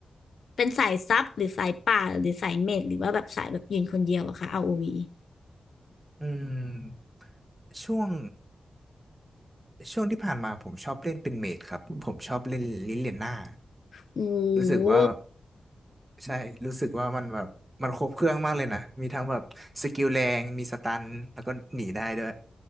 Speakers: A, on the left (about 70°); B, on the right (about 20°).
A: เป็นสายซับหรือสายป่าหรือสายเมจหรือว่าแบบสายแบบยืนคนเดียวอะค่ะ ROV โอวี
B: อืมช่วงช่วงที่ผ่านมาผมชอบเล่นเป็นเมจครับผมชอบเล่นลิเลียน่า
A: โอ้
B: รู้สึกว่า
A: โห
B: ใช่รู้สึกว่ามันแบบมันครบเครื่องมากเลยนะมีทั้งแบบสกิลแรงมีสตันแล้วก็หนีได้ด้วย